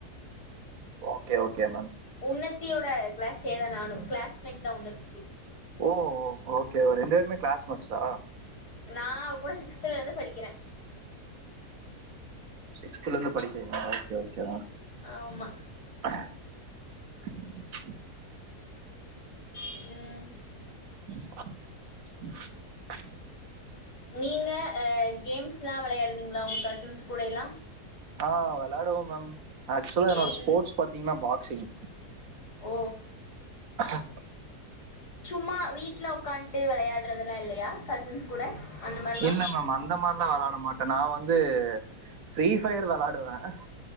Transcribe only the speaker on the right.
ஓகே ஓகே மேம்
ஓ ஓகே ரெண்டு பேருமே கிளாஸ்மட்ஸா
சிகஸ்தலிருந்து படிக்கிறீங்களா ஓகே
க <unintelligible> <unintelligible>
<unintelligible>
ஆஹ் விலையாடுவோம் மேம் ஆக்சுவலா என்னோட
ஸ்போர்ட்சு பாத்தீங்கன்னா பாக்சிங்
ஹாக்
இல்ல மேம் அந்த மாதிரல்லாம் விளையாட மாட்டேன் நான் வந்து வந்து ஃரீபயர் விளையாடுவேன்